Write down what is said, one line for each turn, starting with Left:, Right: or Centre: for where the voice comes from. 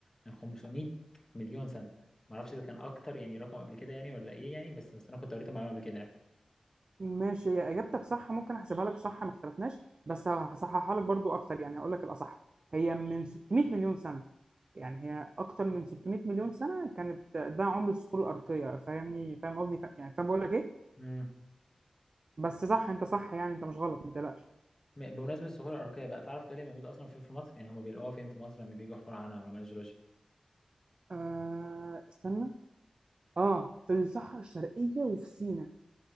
Left: من 500 مليون سنه ما اعرفش اذا كان اكتر يعني رقم قبل كده يعني ولا ايه يعني بس بس انا كنت قريت المعلومه قبل كده يعني
Right: ماشي هي اجابتك صح ممكن احسبها لك صح ما اختلفناش بس هصححها لك برضو اكتر يعني هقول لك الاصح هي من 600 مليون سنه يعني هي اكتر من 600 مليون سنه كانت ده عمر الصخور الارقيه فاهمني فاهم قصدي فا- يعني فاهم بقول لك ايه
Left: امم
Right: بس صح انت صح يعني انت مش غلط ما تقلقش
Left: م- بمناسبه الصخور الاركيه بقى تعرف تقول لي موجوده اصلا فين في مصر يعني هم بيلاقوها فين في مصر لما بييجوا يحفروا عنها علماء الجيولوجيا
Right: آه استنى اه في الصحراء الشرقيه وفي سينا